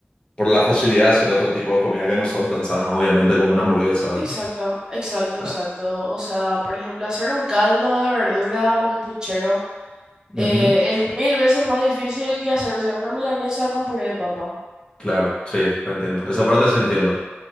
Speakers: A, on the left; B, on the right.
A: por la facilidad de hacer otro tipo de comida que no son tan sanas, obviamente, como una hamburguesa, ¿verdad?
B: Exacto, exacto,
A: Ah,
B: exacto. O sea, por ejemplo, hacer un caldo de verduras, un puchero,
A: ujú.
B: eh, es mil veces más difícil que hacerse una milanesa con puré de papa.
A: Claro, sí, te entiendo. Esa parte sí entiendo.